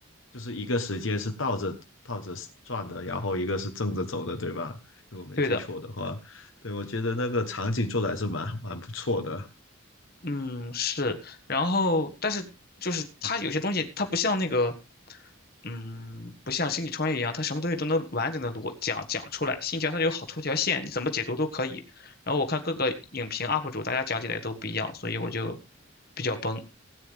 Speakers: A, on the left; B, on the left.
A: 就是一个时间是倒着倒着转的，然后一个是正着走的，对吧？如果没记错的话，
B: 对的，
A: 对，我觉得那个场景做的还是蛮蛮不错的。
B: 嗯是。然后，但是就是他有些东西，他不像那个，嗯，不像星际穿越一样，他什么东西都能完整的逻讲讲出来。信条它有好多条线，你怎么解读都可以。然后我看各个影评 UP 主，大家讲起来都不一样，所以我就比较崩。